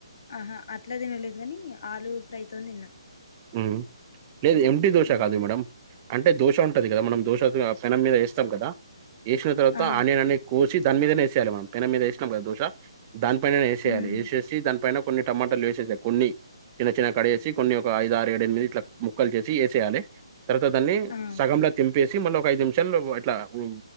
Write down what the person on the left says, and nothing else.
ఆహా అట్లా తినలేదు కానీ ఆలూ ఫ్రైతోని తిన్నా
హ్మ్
ఆ
ఉమ్
ఆ